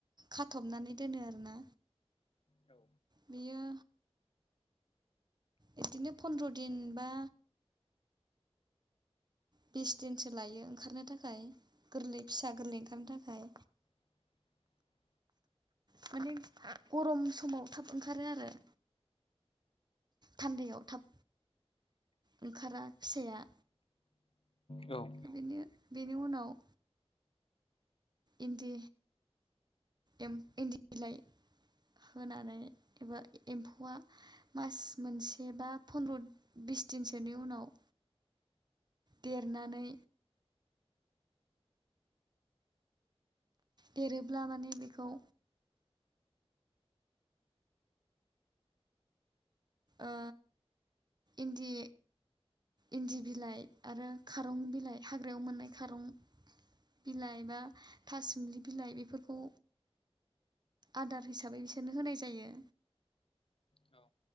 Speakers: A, on the right; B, on the left.
A: खाथबनानै दोनो आरोना।
B: औ
A: बेयो बिदिनो फन्द्र' दिन बा बिस दिनसो लायो ओंखारनो थाखाय गोरलै फिसा गोरलै ओंखारनो थाखाय।
B: <inaudible>
A: माने गरम समाव थाब ओंखारो आरो। थान्दायाव थाब ओंखारा फिसाया।
B: औ
A: बिनि बेनि उनाव इन्दि एम इन्दि बिलाइ होनानै एबा एम्फौआ मास मोनसे बा फन्द्र' बिस दिनसोनि उनाव देरनानै देरोब्ला माने बेखौ ओ इन्दि इन्दि बिलाइ आरो खारं बिलाइ हाग्रायाव मोननाय खारं बिलाइ बा थासुमलि बिलाइ बेफोरखौ आदार हिसाबै बिसोरनो होनाय जायो।
B: औ